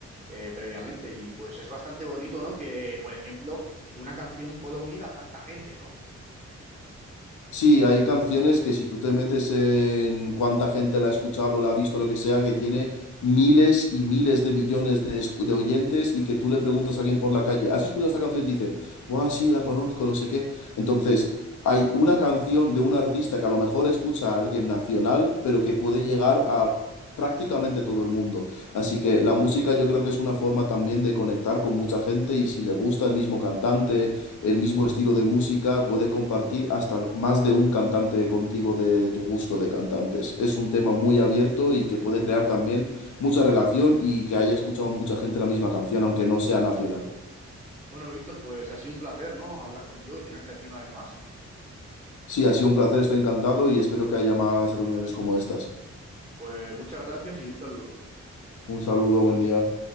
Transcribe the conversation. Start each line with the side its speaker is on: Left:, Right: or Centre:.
Right: eh, previamente. Y pues es bastante bonito, ¿no? Que, por ejemplo, una canción pueda unir a tanta gente, ¿no?
Left: Sí, hay canciones que si tú te metes en cuánta gente la ha escuchado, la ha visto, lo que sea, que tiene miles y miles de millones de, escu- de oyentes y que tú le preguntas a alguien por la calle, ¿has escuchado esta canción? Y te dice, Buah, sí, la conozco, no sé qué. Entonces, hay una canción de un artista que a lo mejor escucha a alguien nacional, pero que puede llegar a prácticamente todo el mundo. Así
Right: Mm.
Left: que la música yo creo que es una forma también de conectar con mucha gente y si le gusta el mismo cantante. el mismo estilo de música, puede compartir hasta más de un cantante contigo de tu gusto de cantantes. Es un tema muy abierto y que puede crear también mucha relación y que haya escuchado mucha gente la misma canción, aunque no sea nacional.
Right: Bueno, Víctor, pues ha sido un placer, ¿no? Hablar contigo y tenerte aquí una vez más.
Left: Sí, ha sido un placer, estoy encantado y espero que haya más reuniones como estas.
Right: Pues muchas gracias y un saludo.
Left: Un saludo, buen día.